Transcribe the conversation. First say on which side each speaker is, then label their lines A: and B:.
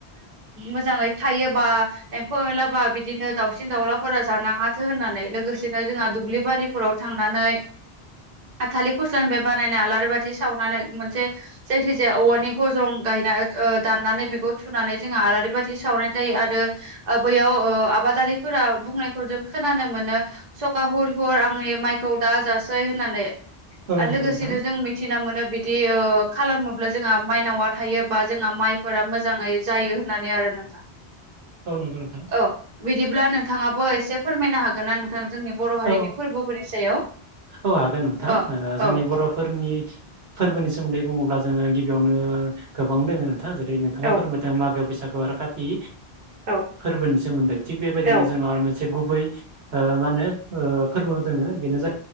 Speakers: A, on the right; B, on the right.
A: मोजाङै थायोबा एम्फौ एनलाबा बिदिनो दाउसिन दाउलाफोरा जानाङा फाथो होननानै लोगोसेनो जोंहा दुब्लि बारिफोराव थांनानै थालिर फस्लानिफ्राय बानायनाय आलारि बाथि सावनानै मोनसे जायखि जाया औवानि गजं गायना दाननानै बेखौ थुनानै जोंहा आलारि बाथि सावनाय जायो आरो बैयाव आबादारिफोरा बुंनायखौ जों खोनानो मोनो सखा हुर हुर आंनि माइखौ दाजासै होननानै
B: औ
A: आर
B: नंगौ
A: लोगोसेनो
B: नोंथां
A: जों मिथिना मोनो बिदि खालामोब्ला जोंहा माइनावा थायो बा जोंहा माइफोरा मोजाङै जायो होनना नै आरो नोंथा
B: औ नंगौ नोंथां
A: औ बिदिब्ला नोंथाङाबो एसे फोरमायनो हागोन ना नोंथां जोंनि बर' हारिनि
B: औ
A: फोरबोफोरनि सायाव
B: औ हागोन नोंथां
A: अ औ
B: जोंनि बर'फोरनि फोरबोनि सोमोन्दै बुङोब्ला जोङो गिबियावनो गोबां दोङो नोंथाङा जेरै नोंथाङा
A: औ
B: फोरमाय मागो बैसागु आरो खाथि
A: औ
B: फोरबोनि सोमोन्दै थिक बेबायदिनो
A: औ
B: जोंओ से गुबै मा होनो फोरबो दोंओ बेनो ज